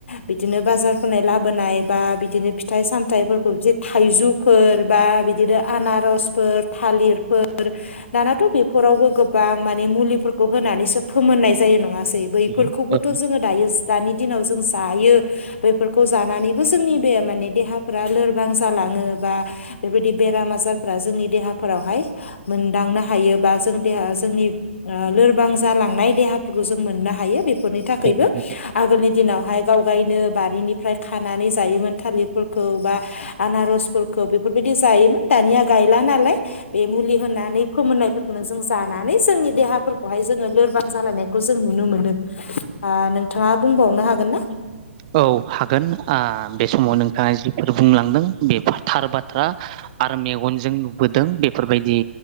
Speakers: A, on the left (about 65°); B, on the right (about 35°).
A: बिदिनो बाजारफोरनाय लाबोनाय बा बिदिनो फिथाइ सामथाइफोरखौ बिदि थाइजौफोर बा बिदिनो आनारसफोर थालिरफोर दानाथ' बेफोरावबो गोबां गोबां माने मुलिफोरखौ होनानैसो फोमोननाय जायो नङासै बैफोरखौबोथ'
B: नंगौ
A: जोङो दायो दानि दिनाव जों जायो बेफोरखौ जानानैबो जोंनि बे माने देहाफोरा लोरबां जालाङो बा बेबायदि बेराम आजारफोरा जोंनि देहाफोरावहाय मोनदांनो हायो बा जों देहा जोंनि ओ लोरबां जालांनाय देहाफोरखौ जों मोननो हायो बे बेफोरनि
B: औ
A: थाखायबो
B: औ नंगौ
A: आगोलनि दिनावहाय गाव गायनो बारिनिफ्राय खानानै जायोमोन थालिरफोरखौ बा आनारसफोरखौ बेफोरबायदि जायोमोन दानिया गायला नालाय बे मुलि होनानै फोमोननायफोरखौनो जों जा जानानै जोंनि देहाफोरखौहाय जोङो लोरबां जालायनायखौ जों नुनो मोनो नोंथाङा ओ बुंबावनो हागोन ना
B: औ हागोन आ बे समाव नोंथाङा जिफोर बुंलांदों बे थार बाथ्रा आरो मेगनजों नुबोदों बेफोरबायदि